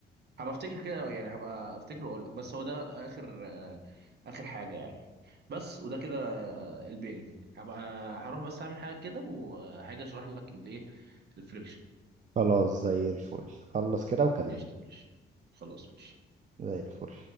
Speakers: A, on the right (about 55°); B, on the right (about 40°).
A: هبقى افتكر كده يعني هبقى افتكر واقول لك بس هو ده اخر آه، اخر حاجه يعني بس وده كده البيرنج هبقى هروح بس اعمل حاجه كده وهاجي اشرح لك الايه الفريكشن
B: خلاص زي الفل خلص كده وكلمني
A: قشطة ماشي خلاص ماشي
B: زي الفل